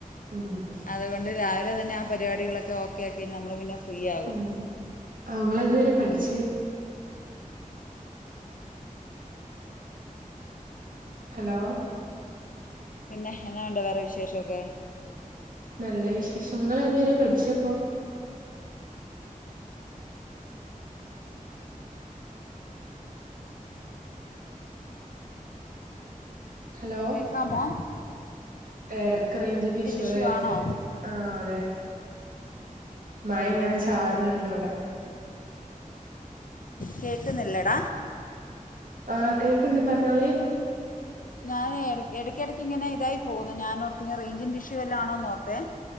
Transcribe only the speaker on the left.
അതുകൊണ്ട് രാവിലെ തന്നെ ആ പ പരിപടികളക്കെ ഒക്കെ അക്കി നമ്മൾ പിന്നെ ഫ്രീ ആകും
പിന്നെ എന്നാ ഒണ്ട് വേറെ വിശേഷം ഒക്കെ
കേക്കാമോ
ഇഷ്യൂ
ആണോ
കേക്കുന്നില്ലടാ
ഞാന് ഇടക്കിടയ്ക്ക് ഇങ്ങനെ ഇതായി പോകുന്നു ഞാനോർത്തു റേഞ്ചിൻ ഇഷ്യൂ വല്ലം ആണോന്ന് നോർത്തോ